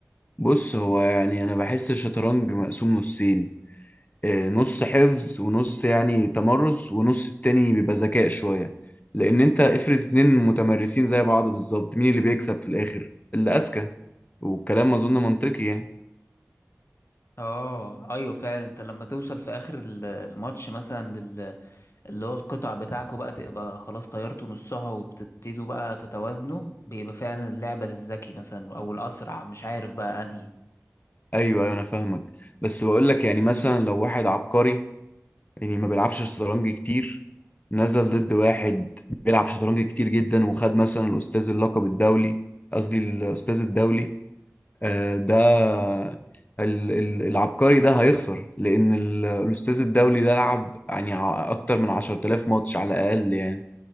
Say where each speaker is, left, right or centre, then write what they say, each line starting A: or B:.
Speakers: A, on the left; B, on the left.
A: بص هو يعني انا بحس الشطرنج مقسوم نصين آه، نص حفظ ونص يعني تمرس ونص التاني بيبقى ذكاء شوية لأن أنت افرض اتنين متمرسين زي بعض بالظبط مين اللي بيكسب في الآخر؟ اللي أذكى والكلام أظن منطقي يعني
B: اه ايوه فعلا انت لما توصل في اخر ال- الماتش مثلا اللي هو القطع بتاعكوا بقى تبقى خلاص طيرتوا نصها وبتبتدوا بقى تتوازنوا بيبقى فعلا اللعبة للذكي مثلا أو الأسرع مش عارف بقى أنهي
A: أيوه أيوه أنا فاهمك بس بقول لك يعني مثلا لو واحد عبقري يعني ما بيلعبش شطرنج كتير نزل ضد واحد بيلعب شطرنج كتير جدا وخد مثلا الأستاذ اللقب الدولي قصدي الأستاذ الدولي آه، ده ال- ال- العبقري ده هيخسر لأن ال- الأستاذ الدولي ده لعب يعني ع- أكتر من 10000 ماتش على الأقل يعني